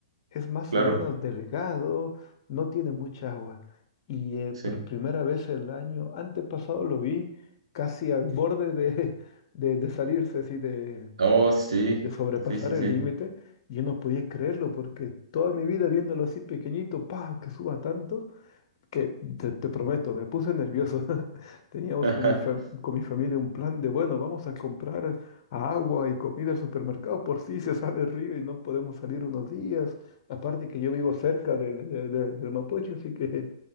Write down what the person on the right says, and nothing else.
claro.
sí.
Oh, sí,
sí, sí,
sí.
<laughs>